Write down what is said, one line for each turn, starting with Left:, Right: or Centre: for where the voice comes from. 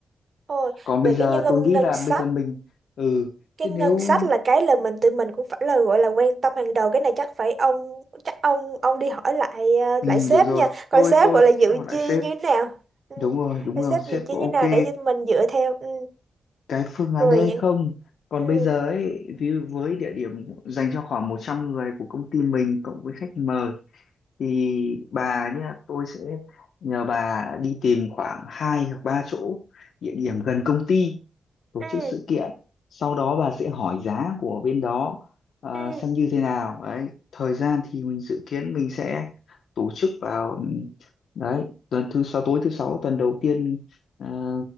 Right: Thôi
Left: còn bây
Right: về
Left: giờ
Right: cái nhân ngân
Left: tôi nghĩ
Right: ngân
Left: là
Right: sách
Left: bây giờ mình ừ
Right: cái
Left: thế
Right: ngân
Left: nếu
Right: sách là cái là mình tụi mình cũng phải là gọi là quan tâm hàng đầu cái này chắc phải ông chắc ông ông đi hỏi lại ờ,
Left: ừ,
Right: lại sếp
Left: được rồi
Right: nha coi
Left: tôi
Right: sếp
Left: tôi
Right: gọi là dự
Left: sẽ hỏi lại
Right: chi
Left: sếp
Right: như thế nào ừ.
Left: đúng rồi đúng
Right: coi
Left: rồi
Right: sếp
Left: sếp
Right: dự chi
Left: có
Right: như
Left: ok
Right: thế nào để cho mình dựa theo ừ.
Left: cái phương án
Right: rồi
Left: đấy hay
Right: những
Left: không còn
Right: ừ.
Left: bây giờ ấy ví dụ với địa điểm dành cho khoảng 100 người của công ty mình cộng với khách mời thì bà nhá tôi sẽ nhờ bà đi tìm khoảng hai hoặc ba chỗ địa điểm gần công ty tổ
Right: Ừ.
Left: chức sự kiện sau đó bà sẽ hỏi giá của bên đó ờ,
Right: Ừ.
Left: xem như thế nào đấy thời gian thì mình dự kiến mình sẽ tổ chức vào ừm, đấy tuần thứ sáu tối thứ sáu tuần đầu tiên ờ,